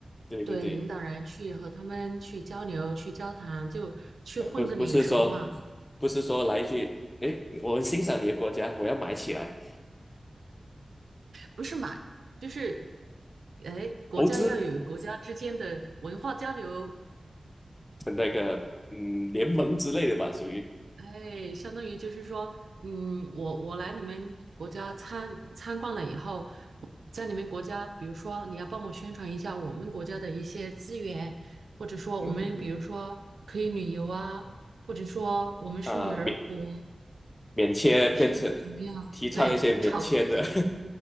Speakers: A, on the left; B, on the right.
A: 对对对。
B: 对领导人去和他们去交流、去交谈，就去混个脸熟嘛，
A: 呃不不是说不是说来一句，诶，我很欣赏你的国家，我要买起来
B: 不是买，就是。哎，国家要有国家之间的文化交流，
A: 投资的那个嗯联盟之类的吧，属于
B: 哎，相当于就是说，嗯，我我来你们国家参参观了以后，在你们国家，比如说你要帮我宣传一下我们国家的一些资源，或者说我们比如说可以旅游啊，
A: 嗯哼哼，
B: 或者说我们是女儿国，
A: 啊、免免签变成
B: 或者怎么样，
A: 提倡一些免签的，
B: 对，炒作一下，